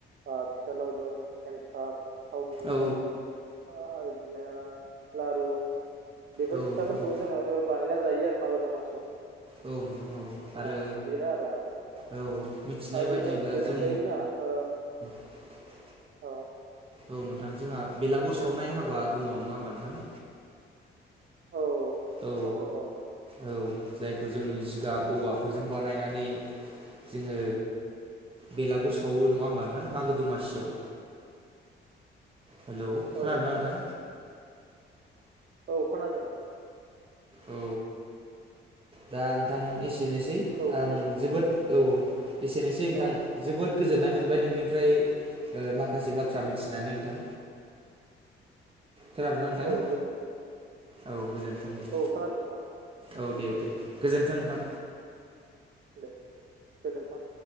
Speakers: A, on the right; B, on the right.
A: ओ फिथा लावदुम एन्थाब, थावनि
B: औ
A: ओमफाय बिदिनो लारु बेफोर
B: औ नोंथां
A: फिथाफोरखौ
B: औ
A: जोङो ओ बानायना जायो आरो मागो दमासियाव।
B: औ नोंथां औ आरो
A: अ बेनो आरो नोंथां
B: औ मिथिनाय
A: आरो
B: बायदिब्ला
A: बेनि बेनि
B: जों
A: अनगायैबो जोंहा ओ
B: <inaudible>
A: औ
B: औ नोंथां जोंहा बेलागुर
A: बुं
B: सावनाय
A: नोंथां
B: हाबा
A: बुंनाय
B: दङ
A: नोंथां
B: नङा होमबा नोंथां?
A: औ
B: औ
A: दङ औ नोंथां
B: औ जायखौ जों जिगाब औवाफोरजों बानायनानै जोङो बेलागुर सावो नङा होमबा नोंथां मागो दमासियाव हेल'
A: औ
B: खोनादों ना
A: औ
B: नोंथां?
A: औ खोनादों नोंथां।
B: औ दा नोंथां ए सेनोसै
A: औ
B: आं
A: खोनादों
B: जोबोद औ एसेनोसै नोंथां
A: औ
B: जोबोद गोजोन्नाय मोनबाय नोंनिफ्राय ओ माखासे बाथ्रा मिथिनानै नोंथां। खोनादोंना नोंथां?
A: औ गोजोन्थों नोंथां
B: औ गोजोनथों दे
A: औ खोनादों नोंथां
B: औ दे दे गोजोनथों
A: गोजोन्थों
B: नोंथां।
A: दे गोजोन्थों।